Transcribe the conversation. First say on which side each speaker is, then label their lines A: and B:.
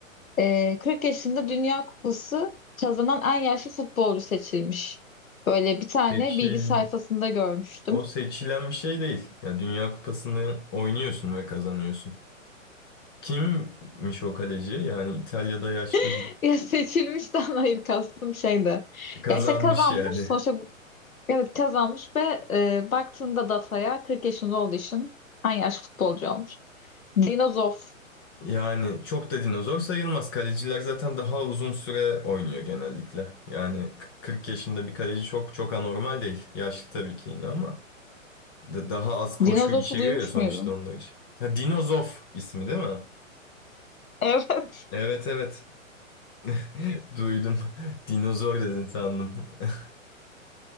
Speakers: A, on the left; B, on the left.
A: Ee, 40 yaşında Dünya Kupası kazanan en yaşlı futbolcu seçilmiş. Böyle bir tane
B: Seçil,
A: bilgi sayfasında görmüştüm.
B: o seçilen bir şey değil. Ya Dünya Kupası'nı oynuyorsun ve kazanıyorsun. Kimmiş o kaleci? Yani İtalya'da yaşlı
A: <laughs>
B: bir
A: Ya seçilmişten hayır kastım şeydi.
B: kazanmış
A: Ya işte kazanmış
B: yani.
A: sonuçta evet kazanmış ve e, baktığında dataya 40 yaşında olduğu için en yaşlı futbolcu olmuş. Dinozof.
B: Yani çok da dinozor sayılmaz. Kaleciler zaten daha uzun süre oynuyor genellikle. Yani k- 40 yaşında bir kaleci çok çok anormal değil. Yaşlı tabii ki yine ama da- daha az koşu
A: Dinozof'u
B: içeriyor
A: duymuş
B: ya sonuçta
A: muydun?
B: onlar için. Ha, Dinozof ismi değil mi?
A: Evet.
B: Evet evet. <laughs> Duydum. Dinozor dedin sandım. <laughs>